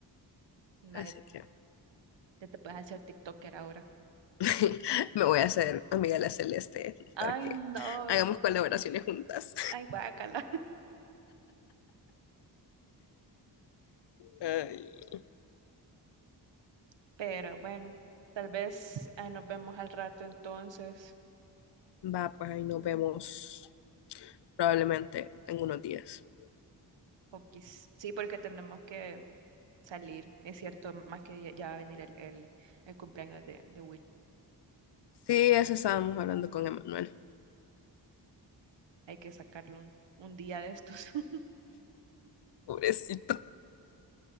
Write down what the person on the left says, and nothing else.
Así que
<laughs> me voy a hacer amiga de la Celeste
para que
hagamos colaboraciones juntas.
Ay,
Va, pues ahí nos vemos probablemente en unos días.
Sí, eso estábamos hablando con Emanuel.
pobrecito.